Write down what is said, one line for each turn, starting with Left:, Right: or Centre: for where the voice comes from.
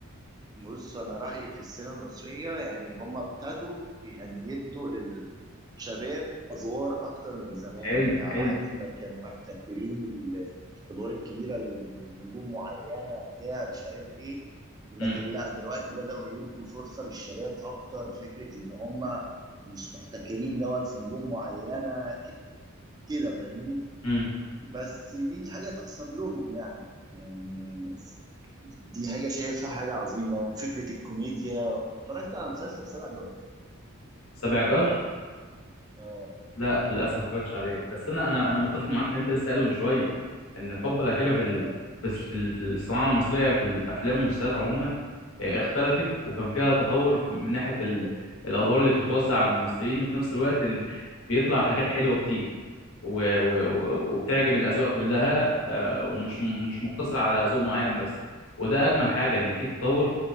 Right: بص انا رايي في السينما المصريه يعني هم ابتدوا يعني يدوا للشباب ادوار اكتر من زمان
Left: حلو
Right: يعني على
Left: حلو
Right: عكس ما كانوا محتكرين الادوار الكبيره لنجوم معينه بتاع مش عارف ايه لكن
Left: امم
Right: لا دلوقتي بداوا يدوا فرصه للشباب اكتر فكره ان هم مش محتكرين دوت في نجوم معينه ك- كده فاهمني
Left: امم
Right: بس دي حاجة تحسب لهم يعني يعني دي حاجة شايفها حاجة عظيمة وفكرة الكوميديا اتفرجت على مسلسل سبع جوت؟
Left: سبع جار
Right: اه
Left: لا للاسف ما اتفرجتش عليه بس انا انا انا متفق معاك في اللي انت لسه قايله من شويه ان الحقبه الاخيره في ال...
Right: اه
Left: في الس- في ال- في الصناعه المصريه في الافلام والمسلسلات عموما آه، اختلفت وكان فيها تطور في- من ناحيه ال... الادوار اللي بتتوزع على الممثلين وفي نفس الوقت ال... بيطلع حاجات حلوه كتير و... و... و- وبتعجب الاذواق كلها آه، ومش م- مش مقتصره على ذوق معين بس وده اجمل حاجه ان في تطور